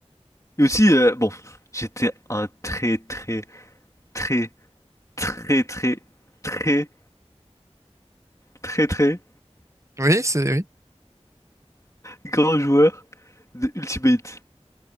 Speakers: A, on the left; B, on the right.
A: Et aussi, euh, bon, j'étais un très très très très très très très très
B: Oui, c'est... Oui.
A: grand joueur de Ultimate.